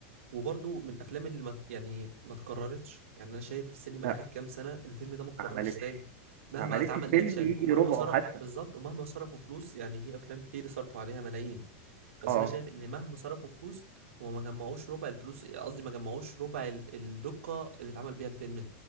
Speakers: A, on the right; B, on the right.
A: وبرضو من الافلام اللي ما يعني ما اتكررتش يعني انا شايف السينما
B: لا
A: اخر كام سنه الفيلم ده ما اتكررش
B: ما عملتش
A: تاني مهما
B: ما عملتش
A: اتعمل
B: فيلم
A: اكشن
B: يجي
A: ومهما
B: ربعه
A: صرف
B: حتى
A: بالظبط ومهما صرفوا فلوس يعني في افلام كتير صرفوا عليها ملايين بس
B: اه
A: انا شايف ان مهما صرفوا فلوس هما ما جمعوش ربع الفلوس قصدي ما جمعوش ربع ال- الدقه اللي اتعمل بيها الفيلم